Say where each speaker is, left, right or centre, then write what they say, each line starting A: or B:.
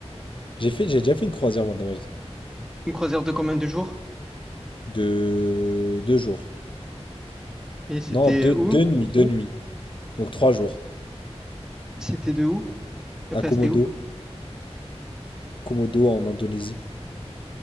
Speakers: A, on the left; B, in the centre.
A: J'ai fait, j'ai déjà fait une croisière, moi, dans ma vie.
B: Une croisière de combien de jours?
A: De deux jours.
B: Et c'était
A: Non, deux,
B: où?
A: deux nuits, deux nuits. Donc trois jours.
B: C'était de où? Enfin,
A: À Komodo.
B: c'était où?
A: Komodo, en Indonésie.